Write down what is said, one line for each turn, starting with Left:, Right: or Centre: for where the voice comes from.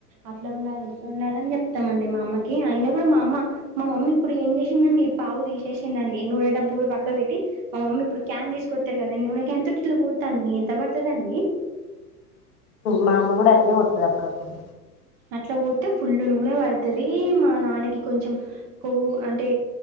Right: అట్లా ఉండాలి ఇట్లా ఉండాలి అని చెప్తామండి మా అమ్మకి అయిన కూడా మా అమ్మ మా మమ్మీ ఇప్పుడు ఏం చేసిందండి పావు తీసేసిందండి నూనె డబ్బు గూడా పక్క పక్క పెట్టి మా మమ్మీ ఇప్పుడు క్యాన్ తీసుకొస్తారు కదండి నూనె క్యాన్ తుట్లో పోతాను ఎంత పడుతదండి
Left: మా అమ్మ కూడా అట్నే పోత్తది అప్పుడప్పుడు
Right: అట్లా పోత్తె ఫుల్ నూనె పడుతది మా నాన్నకి కొంచెం కొవ్వు అంటే